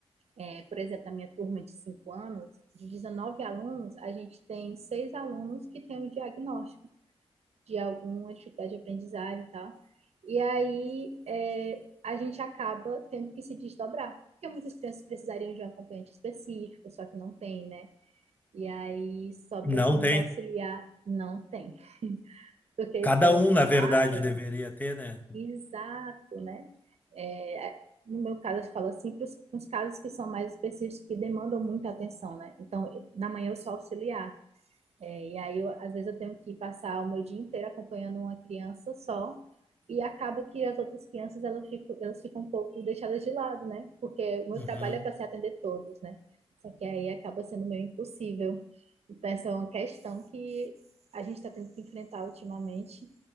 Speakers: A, on the right; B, on the left.
A: é, por exemplo, na minha turma de 5 anos, de 19 alunos, a gente tem seis alunos que têm o diagnóstico de alguma dificuldade de aprendizagem e tal. E aí é, a gente acaba tendo que se desdobrar, porque muitas crianças precisariam de um acompanhante específico, só que não tem, né? E aí sobra
B: Não
A: para
B: tem.
A: os auxiliar, não tem. Porque a
B: Cada
A: escola
B: um,
A: privada,
B: na verdade, deveria ter, né?
A: exato, né? É, no meu caso, eu falo assim, para os casos que são mais específicos, que demandam muita atenção, né? Então, na manhã eu sou auxiliar. É, E aí, eu- às vezes, eu tenho que passar o meu dia inteiro acompanhando uma criança só, e acaba que as outras crianças elas ficam, elas ficam um pouco deixadas de lado, né? Porque o meu
B: Uhum.
A: trabalho é para se atender todos, né? Só que aí acaba sendo meio impossível. Então, essa é uma questão que a gente está tendo que enfrentar ultimamente,